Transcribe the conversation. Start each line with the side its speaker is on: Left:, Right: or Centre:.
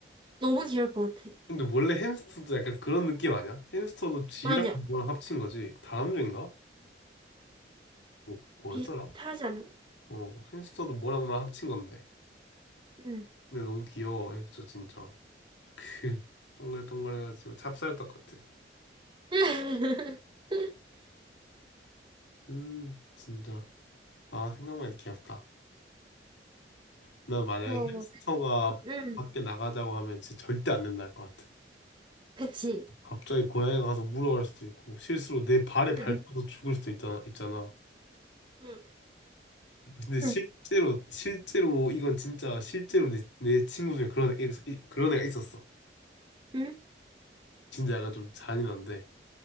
Right: 너무 귀여울 것 같아.
Left: 근데 원래 햄스터도 약간 그런 느낌 아니야? 햄스터도 쥐랑
Right: 맞아.
Left: 뭐랑 합친 거지. 다람쥐인가? 뭐 뭐였더라?
Right: 비슷하지 않나?
Left: 어 햄스터도 뭐랑 뭐랑 합친 건데.
Right: 응.
Left: 근데 너무 귀여워 햄스터 진짜. <laughs> 동글동글해가지고 찹쌀떡 같아.
Right: <laughs>
Left: 음 진짜. 아 생각만 해도 귀엽다. 나 만약에
Right: 뭐먹
Left: 햄스터가
Right: 까 응.
Left: 밖에 나가자고 하면 진짜 절대 안 된다 할 것 같아.
Right: 그치.
Left: 갑자기 고양이가 가서 물어갈 수도 있고 실수로 내 발에 밟혀서
Right: 응.
Left: 죽을 수도 있다, 있잖아.
Right: 응.
Left: 근데 실제로
Right: 응.
Left: 실제로 이건 진짜 실제로 내, 내 친구 중에 그런 애, 이- 그런 애가 있었어.
Right: 응.
Left: 진짜 약간 좀 잔인한데